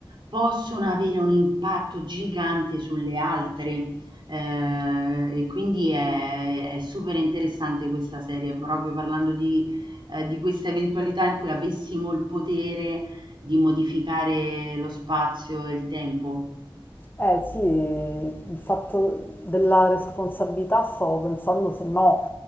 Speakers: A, on the right; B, on the left.
A: possono avere un impatto gigante sulle altre. Ehm, e quindi è, è super interessante questa serie, proprio parlando di, eh, di questa eventualità in cui avessimo il potere di modificare lo spazio e il tempo.
B: Eh sì, il fatto della responsabilità stavo pensando se no